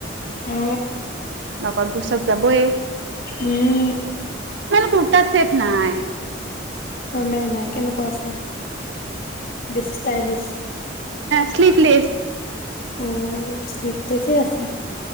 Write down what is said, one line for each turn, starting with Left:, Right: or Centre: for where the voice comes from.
Left: অ
Right: লগতবোৰ চব যাবয়ে
Left: উম।
Right: কুৰ্তা সেত নাই।
Left: অ মেল নাই কেনেকুৱা আছে বেছি ষ্টাইলিছ।
Right: শ্লিপলেছ।
Left: অঁ, শ্লিপলেছে আছে